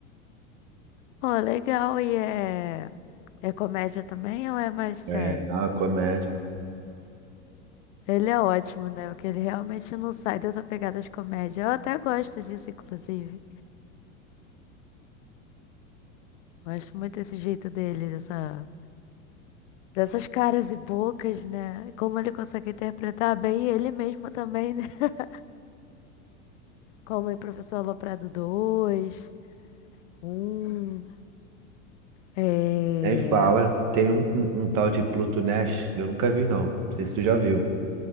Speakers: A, on the left; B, on the right.
A: Pô, legal, e é... É comédia também ou é mais sério?
B: É, não, é comédia.
A: Ele é ótimo, né? Porque ele realmente não sai dessa pegada de comédia. Eu até gosto disso, inclusive. Gosto muito desse jeito dele, dessa, dessas caras e bocas, né? Como ele consegue interpretar bem ele mesmo também, né? <laughs> Como em Professor Aloprado dois, um, É...
B: E aí fala, tem um, um, um tal de Pluto Nash, que eu nunca vi não. Não sei se tu já viu.